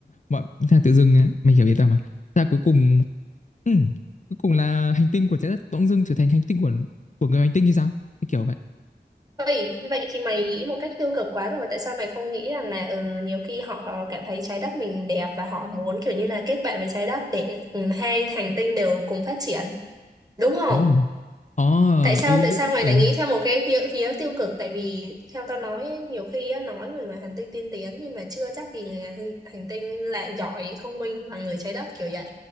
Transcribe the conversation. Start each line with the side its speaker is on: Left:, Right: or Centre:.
Left: mọi là tự dưng á mày hiểu ý tao mà ta cuối cùng Ừ, cuối cùng là hành tinh của trái đất bỗng dưng trở thành hành tinh của của người hành tinh như sao? Cái kiểu vậy.
Right: vậy vậy thì mày nghĩ một cách tiêu cực quá rồi tại sao mày không nghĩ rằng là ừ, nhiều khi họ cảm thấy trái đất mình đẹp và họ muốn kiểu như là kết bạn với trái đất để ừ, hai hành tinh đều cùng phát triển đúng không
Left: Ồ, Ờ,
Right: tại sao
Left: ừ,
Right: tại
Left: đấy
Right: sao
Left: có
Right: mày
Left: thể.
Right: lại nghĩ theo một cái phía phía tiêu cực tại vì theo tao nói ấy, nhiều khi á, nói người ngoài hành tinh tiên tiến nhưng mà chưa chắc gì người ngoài hành, hành tinh lại giỏi thông minh bằng người trái đất kiểu vậy